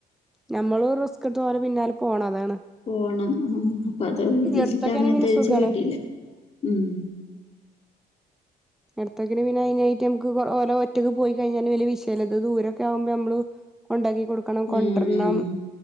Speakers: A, in the centre; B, on the left (about 35°).
A: ഞമ്മള് റിസ്ക് എടുത്ത് ഓരെ പിന്നാലെ പോണം അതാണ്.
B: പോണം ആ അപ്പൊ അത് ഉദ്ദേശിച്ചത്
A: എടുത്തൊക്കെ
B: അങ്ങൻത്തെ
A: ആണെങ്കി പിന്നെ
B: വെച്ച്
A: സുഖാണ്
B: വിട്ടില് ഉം
A: എടത്തൊക്കിന് പിന്നെ അയിനായിട്ട് നമക്ക് ഓല് ഒറ്റയ്ക്ക് പോയി കഴിഞ്ഞാല് വലിയ വിഷയില്ല, ഇത് ദൂരൊക്കെ ആവുമ്പോ ഞമ്മള് കൊണ്ടാക്കി കൊടുക്കണം കൊണ്ടരണം
B: ഉം